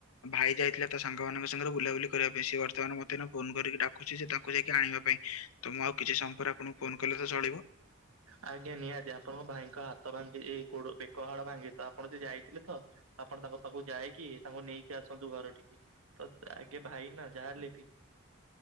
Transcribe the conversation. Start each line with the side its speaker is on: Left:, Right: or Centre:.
Left: ଭାଇ ଯାଇଥିଲା ତା ସାଙ୍ଗ ମାନଙ୍କ ସାଙ୍ଗରେ ବୁଲାବୁଲି କରିବା ପାଇଁ। ସେ ବର୍ତ୍ତମାନ ମତେ ଏଇନା ଫୋନ୍ କରିକି ଡାକୁଛି ଯେ ତା କୁ ଯାଇକି ଆଣିବା ପାଇଁ ତ ମୁଁ ଆଉ କିଛି ସମୟ ପରେ ଆପଣଙ୍କୁ ଫୋନ କଲେ ତ ଚଳିବ?
Right: ଆଜ୍ଞା ନିହାତି ଆପଣଙ୍କ ଭାଇଙ୍କ ହାତ ଭାଙ୍ଗି ଏଇ ଗୋଡ଼, ବେକ ହାଡ଼ ଭାଙ୍ଗିଚି ତ ଆପଣ ଯେ ଯାଇଥିଲେ ତ। ଆପଣ ତାଙ୍କ ପାଖକୁ ଯାଇକି ତାଙ୍କୁ ନେଇକି ଆସନ୍ତୁ ଘର ଠିକି ତ ଆଗେ ଭାଇ ନା ଯାହାହେଲେ ବି।